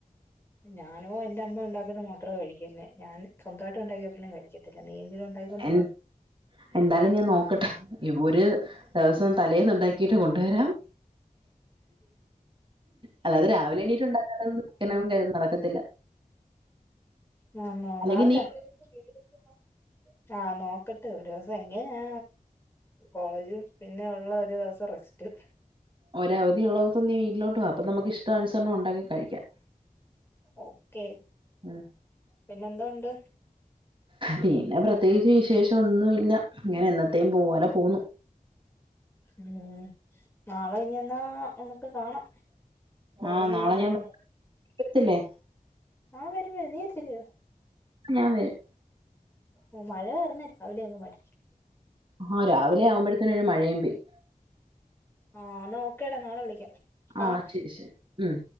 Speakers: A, on the left; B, on the right.
A: ഞാനോ എൻന്റെ അമ്മ ഉണ്ടാക്കുന്ന മാത്രമോ കഴിക്കുന്നത് ഞാൻ സ്വന്തമായിട്ട് ഉണ്ടാക്കിയപ്പോലും കഴിക്കുന്നു അല്ല നീയെങ്കിലും ഉണ്ടാക്കി കൊണ്ടവാ
B: എൻ എന്തായാലും ഞാൻ നോക്കട്ടെ ഇഈ ഒരു ദിവസം തലേൽന്നുണ്ടാക്കി ട്ട് കൊണ്ടുവരാം അല്ലാതെ രാവിലെ എണീട്ടുണ്ടാക്ക എനും ക നടക്കത്തില്ല
A: ഉ
B: അല്ലെങ്കി
A: നല്തെ
B: നീ
A: <unintelligible> ആഹ് നോക്കട്ടെ ഒരു ദിവസ എങ്ങനാ കോളേജും പിന്നെ ഉള്ള ഒരു ദിവസം റെസ്റ്റ്
B: ഒരവധിയ ഉുള്ളവർൊന്നീ വീട്ടിലോട്ട്വാ അപ്പ നമുക്ക് ഇഷ്ടനുസരണം ഉണ്ടാക്കി കഴിക്കൻ
A: ഓക്കെ
B: ഉം
A: പിന്നെന്തണ്ട്
B: പിന്നെ പ്രത്യേകിച്ച് വിശേഷം ഒന്നുമല്ല ഇങ്ങനെ എന്നത്തേും പോലെ പോന്നു
A: ഉം നാളെ ഇനിെന്നാ നമുക്ക് കാണാം കോളേജ്
B: ആഹ് നാളെ
A: വരുമ്പോഴേ
B: ഞാൻ വരത്തില്ലേ
A: ആഹ വരുമ്പോഴ നീ എത്തില്ലയോ
B: ഞാൻ വരും
A: ഓ മഴയറഞ്ഞ രാവിലെ അങ് മടിക്കും
B: ആഹ രാവിലെ ആവുമ്പോഴത്തേന ഒരു മഴയും പെയും
A: ആഹ്ന്നാ ഓക്കേടാ നാളെ വിളിക്കാം കാണാം
B: ആ ശരി ശരി ഉം